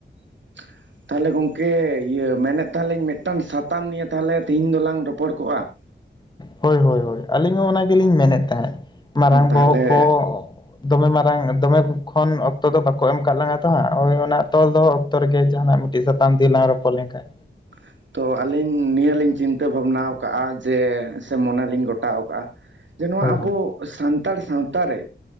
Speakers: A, on the right; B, on the left.
A: ᱾ ᱛᱟᱦᱚᱞᱮ ᱜᱚᱝᱠᱮ ᱤᱭᱟᱹ ᱢᱮᱱᱮᱫ ᱛᱟᱦᱮᱱ ᱞᱤᱧ ᱢᱤᱫᱴᱟᱝ ᱥᱟᱛᱟᱢ ᱱᱤᱭᱮ ᱛᱟᱦᱚᱞᱮ ᱛᱤᱦᱤᱧ ᱫᱚᱞᱟᱝ ᱨᱚᱯᱚᱲ ᱠᱚᱜᱼᱟ ᱾
B: ᱦᱳᱭ ᱦᱳᱭ ᱦᱳᱭ ᱟᱹᱞᱤᱧ ᱦᱚᱸ ᱚᱱᱟ ᱜᱤᱞᱤᱧ ᱢᱮᱱᱮᱜ ᱛᱟᱦᱮᱸᱜ ᱢᱟᱨᱟᱝ
A: ᱛᱟᱦᱚᱞᱮ
B: ᱵᱚᱦᱚᱜ ᱠᱚ ᱫᱚᱢᱮ ᱢᱟᱨᱟᱝ ᱫᱚᱢᱮ ᱠᱷᱚᱱ ᱚᱠᱛᱚ ᱫᱚ ᱵᱟᱠᱚ ᱮᱢ ᱠᱟᱜ ᱞᱟᱝᱟ ᱛᱚ ᱦᱟᱸᱜ ᱳᱭᱻ ᱚᱱᱟ ᱛᱚᱞ ᱫᱚᱦᱚ ᱚᱠᱛᱚ ᱨᱮᱜᱮ ᱡᱟᱦᱟᱸ ᱱᱟᱜ ᱢᱤᱫ ᱴᱤᱡ‌ ᱥᱟᱛᱟᱢ ᱛᱤᱞᱟᱝ ᱨᱚᱯᱚᱲ ᱞᱮᱝ ᱠᱷᱟᱡ
A: <inaudible> ᱛᱚ ᱟᱞᱤᱧ ᱱᱤᱭᱟᱹ ᱞᱤᱧ ᱪᱤᱱᱛᱟᱹ ᱵᱷᱟᱵᱽᱱᱟᱣ ᱠᱟᱜᱼᱟ ᱟ ᱡᱮ ᱥᱮ ᱢᱚᱱᱮ ᱞᱤᱧ ᱜᱚᱴᱟᱣ ᱠᱟᱜᱼᱟ᱾ ᱡᱮ ᱱᱚᱣᱟ
B: ᱦᱳᱭ
A: ᱟᱵᱚ
B: ᱦᱳᱭ
A: ᱥᱟᱱᱛᱟᱲ ᱥᱟᱶᱛᱟ ᱨᱮ